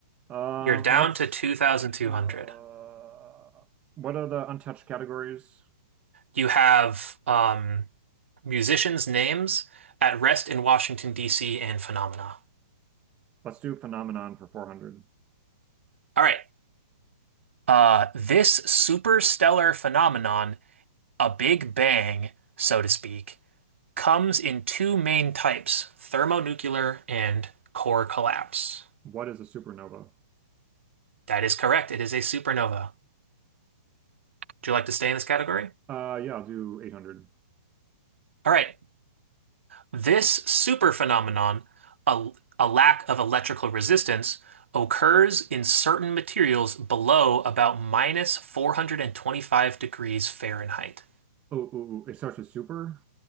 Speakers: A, on the right; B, on the right.
A: Uh,
B: You're down
A: let's,
B: to 2,200.
A: uh, what are the untouched categories?
B: You have um, musicians' names at rest in Washington, D.C. and phenomena.
A: Let's do phenomenon for 400.
B: All right. Uh, this superstellar phenomenon, a Big Bang, so to speak, comes in two main types, thermonuclear and core collapse.
A: What is a supernova?
B: That is correct. It is a supernova. Do you like to stay in this category?
A: Uh, yeah, I'll do 800.
B: All right. This super phenomenon, a, a lack of electrical resistance, occurs in certain materials below about minus 425 degrees Fahrenheit.
A: Oh, ooh, ooh, it starts with super.